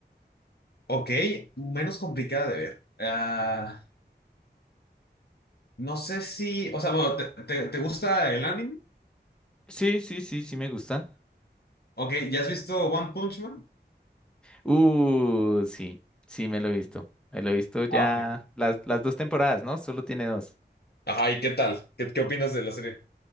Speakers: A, on the left; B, in the centre.
A: Ok, menos complicada de ver. ah No sé si, o sea, bueno, ¿te, te- te gusta el anime?
B: Sí, sí, sí, sí me gusta.
A: Ok, ¿ya has visto One Punch Man?
B: Uh, sí, sí me lo he visto. Me lo he visto ya
A: Ah, ok.
B: las, las dos temporadas, ¿no? Solo tiene dos.
A: Ajá, ¿y qué tal? ¿Qué, qué opinas de la serie?